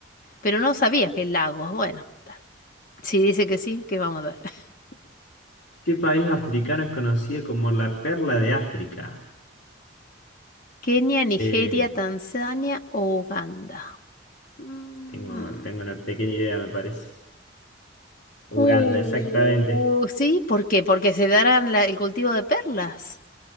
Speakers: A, on the left (about 45°); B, on the left (about 65°).
A: pero no sabía que lagos. Bueno, está. Si dice que sí, que vamos a ver? <laughs>
B: ¿Qué país africano es conocido como la perla de África?
A: Kenia, Nigeria,
B: Eh,
A: Tanzania o Uganda. Mm.
B: tengo, tengo una pequeña idea, me parece. Uganda,
A: Uh,
B: exactamente.
A: sí, ¿por qué? Porque se darán la- el cultivo de perlas.